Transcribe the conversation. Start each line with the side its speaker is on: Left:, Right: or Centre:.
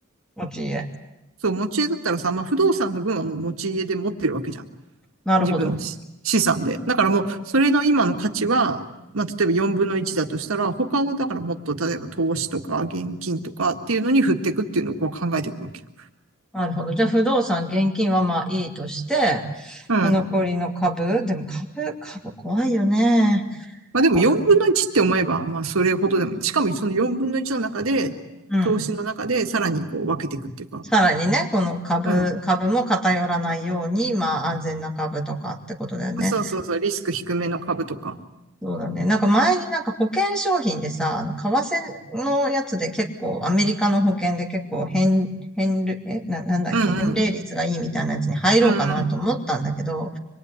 Centre: 持ち家。
Right: そう、持ち家だったらさ、まあ、不動産の分はもう持ち家で持ってるわけじゃん。
Centre: なるほど。
Right: 自分の資産で。だからもう、それの今の価値は、まあ、例えば4分の1だとしたら、他を、だからもっと、例えば投資とか現金とかっていうのに振っていくっていうのをこう考えていくわけよ。
Centre: なるほど。じゃあ不動産、現金はまあいいとして、
Right: うん。
Centre: 残りの株、でも株、株怖いよね。
Right: まあでも4分の1って思えば、
Centre: 株。
Right: まあそれほどでも、しかもその4分の1の中で、
Centre: うん。
Right: 投資の中でさらにこう分けていくっていうか、
Centre: さらにね、この株、
Right: うん。
Centre: 株も偏らないように、まあ安全な株とかってことだよね。
Right: そうそうそう、リスク低めの株とか。
Centre: そうだね。なんか前になんか保険商品でさ、あの、為替のやつで結構、アメリカの保険で結構変、変る、え、な、なんだっけ、
Right: うんうん。
Centre: 返礼率がいいみたいなやつに入ろうかなと思ったんだけど、
Right: うんうん。